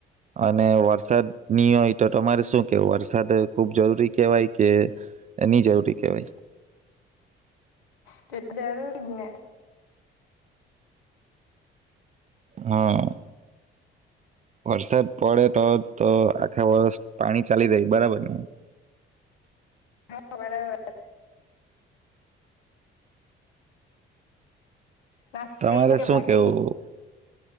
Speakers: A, on the right; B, on the left.
A: અને વરસાદ ની હોય તો તમારે શું કેવુ વરસાદ ખુબ જરૂરી કેહેવાય કે કે ની જરૂરી કહેવાય
B: તે જરૂરી જ ને
A: હા વરસાદ પડે તો તો આખા વર્ષ પાણી ચાલી રહે બરાબર ને.
B: હા બરાબર. નાસ્તો
A: તમારે
B: કયરો કે
A: શું
B: બાકી?
A: કેવું